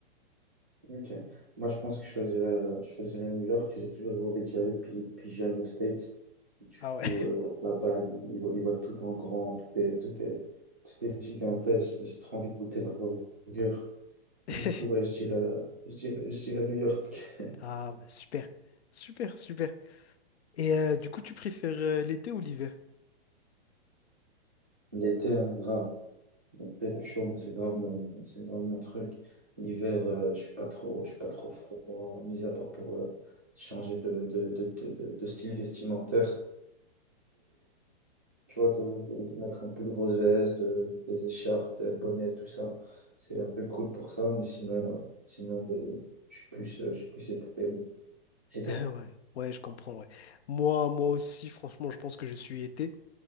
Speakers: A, on the right (about 15°); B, on the left (about 80°).
A: Ok. Moi, je pense que je choisirais, euh, je choisirais New York. J'ai toujours rêvé d'y aller depuis, depuis jeune aux States. Du
B: Ah
A: coup,
B: ouais.
A: euh, là-bas, ils voient, ils voient tout en grand, tout est, tout est, tout est gigantesque. J'ai trop envie de goûter leur burger.
B: <laughs>
A: Du coup, ouais, je dirais, je dirais, je dirais New York.
B: Ah bah, super, super, super. Et euh, du coup, tu préfères euh, l'été ou l'hiver?
A: L'été, hein, grave. L'été, le chaud, moi, c'est grave mon, c'est grave mon truc. L'hiver, euh, je suis pas trop, je suis pas trop froid, mis à part pour euh, changer de, de, de, de, de de style vestimentaire. tu vois, de, de, de mettre un peu de grosses vestes, de, des écharpes, des bonnets, tout ça. C'est un peu cool pour ça, mais sinon, euh, sinon des, je suis plus, euh, je suis plus été. Et toi?
B: <laughs> Ouais, ouais, je comprends, ouais. Moi, moi aussi, franchement, je pense que je suis été.